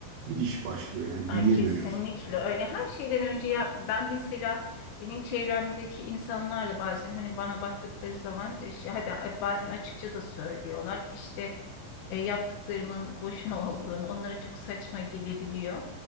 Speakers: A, on the right (about 70°); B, on the left (about 85°).
A: gidiş başlıyor. Yani
B: Ay,
A: geriye
B: kesinlikle
A: dönüyorsun.
B: öyle. Her şeyden önce ya ben mesela benim çevremdeki insanlarla bazen hani bana baktıkları zaman e, şey, hadi bazen açıkça da söylüyorlar. İşte e, yaptıklarımın boşuna olduğunu onlara çok saçma gelebiliyor.